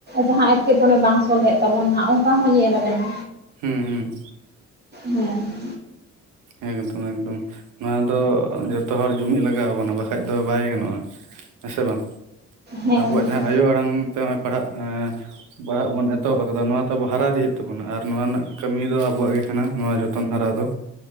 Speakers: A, on the right (about 35°); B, on the right (about 85°).
A: ᱡᱟᱦᱟᱸ ᱮᱴᱠᱮᱴᱚᱬᱮ ᱵᱟᱝ ᱥᱚᱞᱦᱮᱜ ᱛᱟᱵᱚᱱᱟ ᱦᱟᱸᱜ ᱚᱱᱠᱟ ᱦᱚᱸ ᱧᱮᱞ ᱟᱠᱟᱱᱟ᱾
B: ᱦᱩᱸ ᱦᱩᱸ,
A: ᱦᱮᱸ,
B: ᱮᱠᱫᱚᱢ ᱮᱠᱫᱚᱢ ᱱᱚᱣᱟ ᱫᱚ ᱡᱷᱚᱛᱚ ᱦᱚᱲ ᱡᱩᱢᱤᱫ ᱞᱟᱜᱟᱣ ᱵᱚᱱᱟ ᱵᱟᱠᱷᱟᱡ ᱫᱚ ᱵᱟᱭ ᱜᱟᱱᱚᱜ-ᱟ᱾ ᱦᱮᱸ ᱥᱮ ᱵᱟᱝ
A: ᱦᱮᱸ
B: ᱟᱵᱚᱣᱟᱜ ᱡᱟᱦᱟᱸ ᱟᱭᱳ ᱟᱲᱟᱝ ᱛᱮ ᱱᱚᱜ-ᱚᱭ ᱯᱟᱲᱦᱟᱜ ᱯᱟᱲᱦᱟᱜ ᱵᱚᱱ ᱮᱛᱚᱦᱚᱵ ᱟᱠᱟᱫᱟ ᱱᱚᱣᱟ ᱛᱚ ᱟᱵᱚ ᱦᱟᱨᱟ ᱤᱫᱤ ᱦᱩᱭᱩᱜ ᱛᱟᱵᱚᱱᱟ ᱟᱨ ᱱᱚᱣᱟ ᱨᱮᱱᱟᱜ ᱠᱟᱹᱢᱤ ᱫᱚ ᱟᱵᱚᱣᱟᱜ ᱜᱮ ᱠᱟᱱᱟ, ᱱᱚᱣᱟ ᱡᱚᱛᱚ ᱡᱚᱛᱚᱱ ᱦᱟᱨᱟᱣ ᱫᱚ,